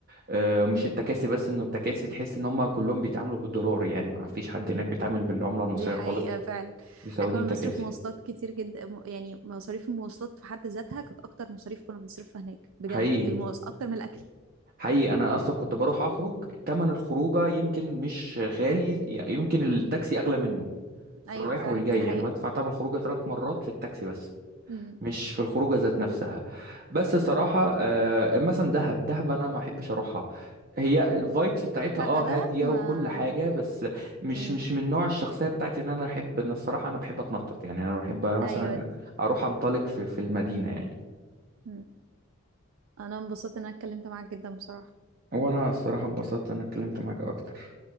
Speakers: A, on the right; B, on the right.
A: آه، مش
B: مم.
A: التكاسي بس انه التكاسي تحس ان هم كلهم بيتعاملوا بالدولار يعني ما فيش حد هناك بيتعامل بالعملة المصرية
B: دي حقيقة
A: خالص
B: فعلا
A: بيساويني
B: احنا كنا
A: التكاسي
B: بنصرف مواصلات كتير جدا م- يعني مصاريف المواصلات في حد ذاتها كانت اكتر مصاريف كنا بنصرفها هناك بجد
A: حقيقي
B: المواص اكتر من الاكل
A: حقيقي انا اصلا كنت بروح اخرج تمن الخروجه يمكن مش غالي يعني يمكن التاكسي اغلى منه في
B: ايوه
A: الرايح
B: فعلا
A: والجاي
B: دي حقيقة
A: انا بدفع تمن الخروجه ثلاث مرات في التاكسي بس
B: مم.
A: مش في الخروجه ذات نفسها بس صراحه آه، مثلا دهب دهب انا ما احبش اروحها هي الفايبس بتاعتها
B: لا
A: اه
B: دهب
A: هاديه
B: ما
A: وكل حاجه بس مش
B: مم.
A: مش من نوع الشخصيه بتاعتي ان انا احب ان الصراحه انا بحب اتنطط يعني انا بحب مثلا
B: ايوه
A: اروح انطلق في في المدينه يعني
B: مم. انا انبسطت ان انا اتكلمت معاك جدا بصراحة
A: وانا الصراحه انبسطت ان انا اتكلمت معاك اكتر